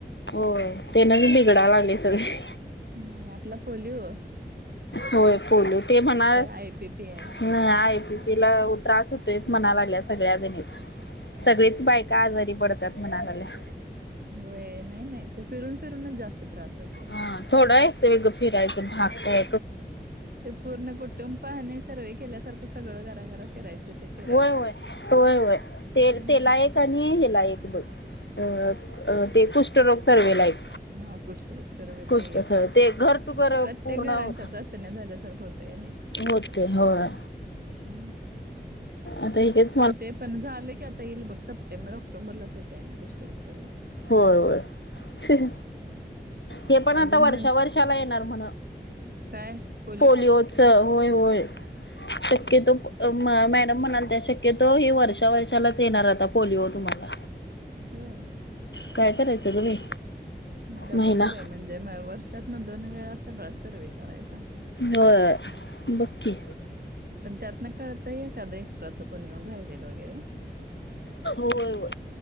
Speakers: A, on the left (about 80°); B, on the right (about 55°).
A: हो ते नविन बिगडा लागले सगळे
B: नाही आपला पोलीयो.
A: होय फोलू ते पण आहे
B: आय पी पी आय.
A: नाही आहे. तिला त्रास होतोय म्हणा लागल्या सगळ्या जणी
B: होय
A: सगळीच बायका आजारी पडत त्यात म्हना झाले <unintelligible>
B: होय नाही नाही ते फिरून फिरूनच जास्त त्रास होतोय.
A: हा थोडाच आहे ग फिरायच भागत्याय.
B: ते पूर्ण कुटुं पाहने सर्वे केल्यासारखं सगळं घराघर फिरायचं ते फिरायचं
A: होय, होय, होय, होय ते
B: हम्म
A: तेला एक आणि हेला एक बघ अ अ ते कुष्ठरोग सर्वे ला एक
B: हा कुष्ठ सर्व
A: कुष्ठ
B: ते येत
A: सर्वे ते घर टू घर
B: प्रत्येक
A: पूर्ण होत
B: घरांच्या चाचण्या झाल्यासारखं होतय नाही
A: होते होय
B: ह
A: अता हेकच
B: आणि ते पण झालं की आता येईल बघ सप्टेंबर ऑक्टोबरलाच येते आणि कुष्टग सर्
A: होर बर. हे पण
B: अजून
A: आता वर्षा वर्षाला येणार म्हण.
B: काय बोलो.
A: पोलिओच होय होय शक्यतो. मॅडम म्हणा त्या शक्यतो हे वर्षा वर्षालाच येणार आता पोलिओ तुम्हाला
B: होय.
A: काय करायचं ग बाई
B: डबल
A: महिना
B: ग बाई म्हणजे वर्षातना दोन वेळा सगळा सर्वे करायचा.
A: होय बक्की
B: पण त्यात ना कळताय? त्या एक्स्ट्रा चुकून येऊन राहिले वगैरे
A: होय, होय,